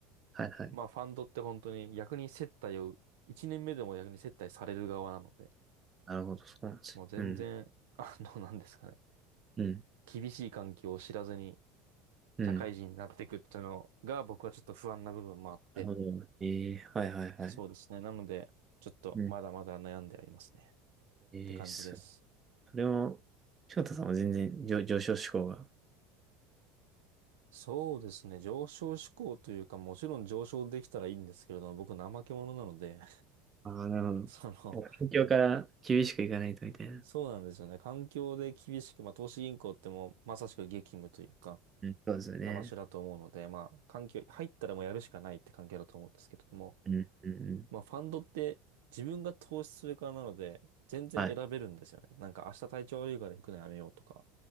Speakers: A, on the right; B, on the right.
A: はいはい。
B: まあファンドって本当に逆に接待を、1年目でも逆に接待される側なので、
A: なるほど。そうなんですね。
B: もう全然、
A: うん。
B: <laughs> あの、なんですかね、
A: うん。
B: 厳しい環境を知らずに
A: うん。
B: 社会人になっていくっていうのが僕はちょっと不安な部分もあって、
A: なるほど。ええはいはいはい。
B: そうですね。なので、ちょっとまだまだ悩んではいますね。
A: うん。ええすごい。
B: って感じです。
A: それも、翔太さんは全然上、上昇志向が。
B: そうですね。上昇志向というか、もちろん上昇できたらいいんですけれども、僕怠け者なので、
A: ああ、なるほど。
B: <laughs> その、
A: もう環境から厳しくいかないとみたいな。
B: そうなんですよね。環境で厳しく、まあ投資銀行ってもうまさしく激務というか、
A: うん。そうですよね。
B: な場所だと思うので、まあ環境、入ったらもうやるしかないって環境だと思うんですけれども、
A: うん。うんうん。
B: まあファンドって自分が投資する側なので、全然選べるんですよね。
A: はい。
B: なんか明日体調悪いから行くのやめようとか。